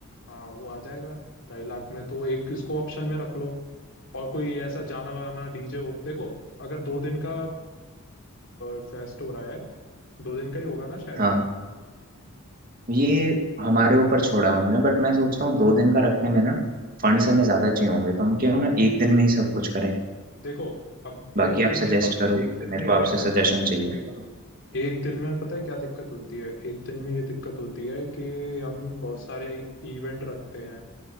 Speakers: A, on the left (about 55°); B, on the right (about 40°).
A: हाँ वो आ जाएगा ढाई लाख में तो एक इसको ऑप्शन में रख लो और कोई ऐसा जाना माना डीजे हो देखो अगर दो दिन का फेस्ट हो रहा है दो दिन का ही होगा ना शायद
B: हाँ ये हमारे ऊपर छोड़ा है उनने बट मैं सोच रहा हूँ दो दिन का रखने में ना फंड्स
A: हम्म
B: हमें ज्यादा चाहिए होंगे तो हम क्यों ना एक दिन में ही सब कुछ करें
A: देखो अब एक
B: बाकी
A: दिन
B: आप अब
A: में
B: सजेस्ट
A: ये दिक्कत
B: करो मेरे को
A: नहीं
B: आपसे
A: मैं बताता
B: सजेशन
A: हूँ।
B: चाहिए
A: एक दिन में पता है क्या दिक्कत होती है एक दिन में ये दिक्कत होती है कि हम बहुत सारे इवेंट रखते हैं